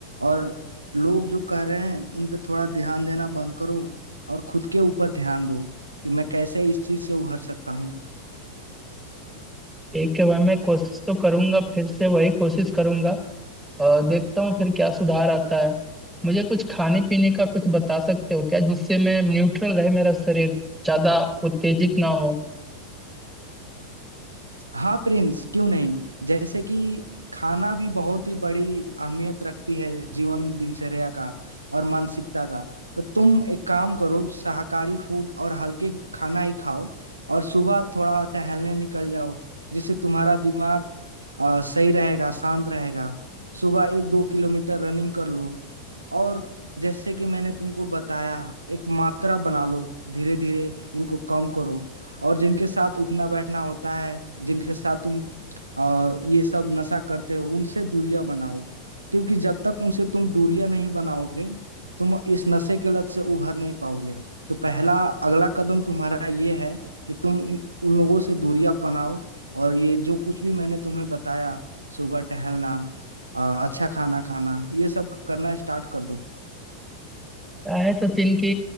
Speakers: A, on the right; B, in the centre.
A: और लोग जो कर रहे हैं उन पे थोड़ा ध्यान देना बंद करो और खुद के ऊपर ध्यान दो कि मैं कैसे इस चीज से उभर सकता हूँ
B: एक के बाद मैं कोशिश तो करूंगा फिर से वही कोशिश करूंगा और देखता हूँ फिर क्या सुधार आता है मुझे कुछ खाने पीने का कुछ बता सकते हो क्या जिससे मैं न्यूट्रल रहे मेरा शरीर ज्यादा उत्तेजित ना हो
A: हाँ प्रिंस क्यों नहीं जैसे कि खाना भी बहुत ही बड़ी अहमियत रखती है जीवन दिनचर्या का और मानसिकता का तो तुम एक काम करो शाकाहारी फूड और हल्के खाना ही खाओ और सुबह थोड़ा टहलने निकल जाओ जिससे तुम्हारा दिमाग अ, सही रहेगा शांत रहेगा सुबह एक दो किलोमीटर रनिंग कर लो और जैसे कि मैंने तुमको बताया एक मात्रा बना लो धीरे धीरे उनको कम करो और जिनके साथ उठना बैठना होता है जिनके साथ तुम आ, ये सब नशा करते हो उनसे दूरियां बनाओ क्योंकि जब तक उनसे तुम दूरियां नहीं बनाओगे तुम इस नशे के लत से उभर नहीं पाओगे तो पहला अगला कदम तुम्हारा ये है कि तुम इन- उन लोगों से दूरियां बनाओ और ये जो कुछ भी मैंने तुम्हें बताया सुबह टहलना आ, अच्छा खाना खाना ये सब करना स्टार्ट कर दो
B: क्या है सचिन की